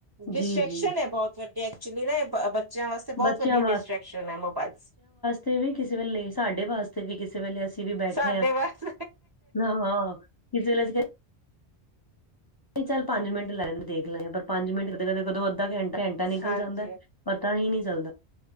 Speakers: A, on the right; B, on the left.
A: ਡਿਸਟਰੈਕਸ਼ਨ
B: ਜੀ-ਜੀ
A: ਹੈ, ਬਹੁਤ ਵੱਡੀ ਐਕਚੁਅਲੀ ਨਾ ਬੱਚਿਆਂ ਵਾਸਤੇ ਬਹੁਤ
B: ਬੱਚਿਆਂ
A: ਵੱਡੀ ਡਿਸਟਰੈਕਸ਼ਨ ਹੈ, ਮੋਬਾਇਲ।
B: ਤੇ ਵੀ ਕਿਸੇ ਵੇਲੇ ਸਾਡੇ ਵਾਸਤੇ ਵੀ ਕਿਸੇ ਵੇਲੇ ਅਸੀਂ ਅਸੀਂ ਵੀ ਬੈਠੇ
A: ਸਾਡੇ
B: ਹਾਂ
A: ਬਸ
B: ਨਾਂ ਕਿਸ ਵੇਲੇ ਅਸੀ ਨਹੀਂ ਚੱਲ ਪੰਜ ਮਿੰਟ ਲੈ ਲਦੇ ਦੇਖ ਲੈ ਪਰ ਪੰਜ ਮਿੰਟ ਕਰਦੇ ਕਰਦੇ ਕਦੋਂ ਅੱਧਾ ਘੰਟਾ ਘੰਟਾ ਨਿਕਲ
A: ਹਾਂਜੀ
B: ਜਾਂਦਾ। ਪਤਾ ਹੀ ਨਹੀਂ ਚੱਲਦਾ